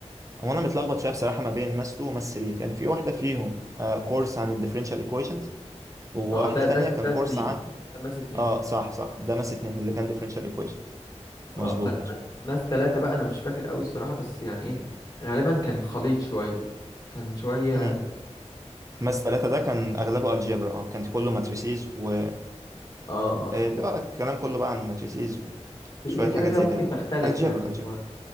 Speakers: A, on the right (about 30°); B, on the left (about 35°).
A: هو انا متلخبط شويه بصراحه ما بين ماس 2 وماس 3 كان في واحده فيهم آه كورس عن الديفرنشال equations وواحده
B: اه ده
A: تانية
B: ده
A: كان
B: ده اتنين
A: كورس عن
B: ده ماس اتنين
A: اه صح صح ده ماس 2 اللي كان differential equations مظبوط
B: اه ما-
A: مظبوط
B: ما- ماس تلاتة بقى انا مش فاكر قوي الصراحة بس يعني ايه غالبا كان خليط شوية كان شوية
A: مم. ماس ثلاثة ده كان أغلبه الجبرا اه كان كله ماتريسيز و
B: اه اه
A: آه، اللي هو الكلام كله بقى عن ماتريسيز
B: هي
A: وشوية
B: كده
A: حاجات
B: كده
A: زي
B: ممكن
A: كده
B: تختلف
A: الجبرا
B: يعني
A: الجبرا
B: هو